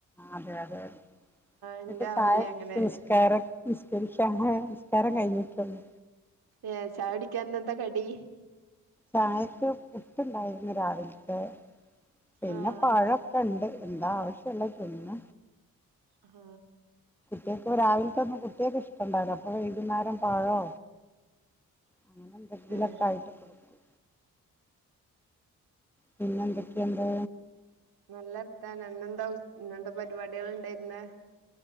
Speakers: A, in the centre; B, on the right.
A: അതെയതെതെ ഞാനിപ്പോ
B: എന്റെ അവിടെ
A: ചായകുടിച്
B: അങ്ങനെ
A: നിസ്കാര നിസ്കരിക്കാനെ നിസ്കാരം കഴിഞ്ഞിട്ടൊള്ളു
B: ഏ ചയൊടിക്ക ന്നന്ത കടി?
A: ചായക്ക് പുട്ടുണ്ടായിരുന്നു രാവിലത്തെ പിന്നെ
B: ആഹ്
A: പഴൊക്കെണ്ട് എന്താ ആവശ്യള്ളതിന്ന
B: ആ
A: കുട്ട്യേക്ക് രാവിലത്തൊന്നും കുട്ട്യേക്ക് ഇഷ്ടണ്ടാല അപ്പൊ വൈകുന്നേരം പാഴോ അങ്ങനെന്തെങ്കിലൊക്കായിട്ട്
B: ഏഹ്
A: കൊടുക്കും. പിന്നെന്തൊക്കെണ്ട്
B: നല്ലർത്താനം ന്നെന്താ ഉ ന്നെന്താ പരിപാടികള്ണ്ടെ ന്നേ?